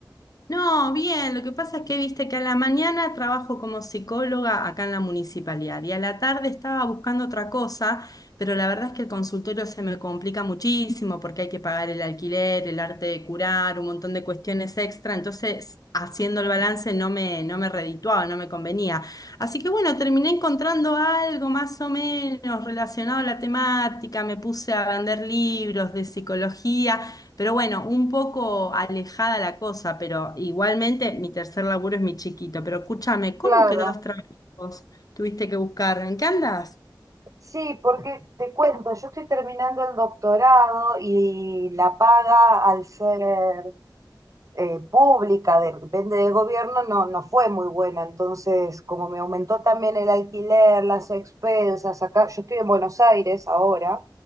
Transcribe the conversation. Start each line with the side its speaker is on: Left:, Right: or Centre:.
Left: No, bien, lo que pasa es que viste que a la mañana trabajo como psicóloga acá en la municipalidad y a la tarde estaba buscando otra cosa, pero la verdad es que el consultorio se me complica muchísimo porque hay que pagar el alquiler, el arte de curar, un montón de cuestiones extra, entonces haciendo el balance no me, no me redituaba, no me convenía. Así que bueno, terminé encontrando algo más o menos relacionado a la temática, me puse a vender libros de psicología. Pero bueno, un poco alejada la cosa, pero igualmente mi tercer laburo es mi chiquito. Pero escúchame, ¿cómo
Right: Claro.
Left: que dos trabajos tuviste que buscar? ¿En qué andas?
Right: Sí, porque te cuento, yo estoy terminando el doctorado y la paga al ser eh, pública, de- depende del gobierno, no, no fue muy buena. Entonces, como me aumentó también el alquiler, las expensas, acá, yo estoy en Buenos Aires ahora,